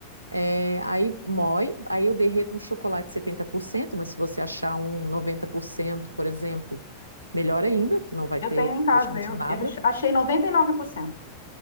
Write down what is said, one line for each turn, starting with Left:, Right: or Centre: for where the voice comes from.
Right: É, aí moe, aí eu derreto um chocolate 70%, mas se você achar um 90%, por exemplo, melhor ainda, que não vai
Left: Eu
Right: ter
Left: tenho em casa,
Right: praticamente
Left: eu,
Right: nada.
Left: eu achei 99%.